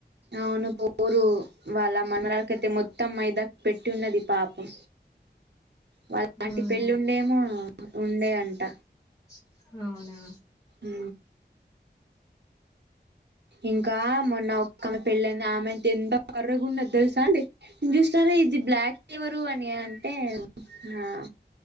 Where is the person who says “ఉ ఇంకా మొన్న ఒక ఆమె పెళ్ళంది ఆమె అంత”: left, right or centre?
Right